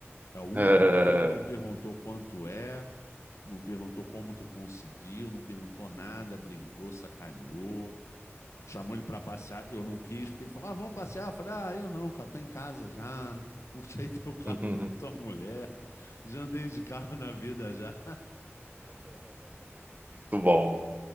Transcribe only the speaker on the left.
É o único
cara que não perguntou quanto é, não perguntou como tu conseguiu, não perguntou nada, brincou, sacaneou. Chamou ele pra passear, eu não quis, porque ele falou: Ah, vamos passear. Eu falei: Ah, eu não, cara, tô em casa já. Curte aí teu carro
<laughs> com tua mulher. Já andei de carro na vida já.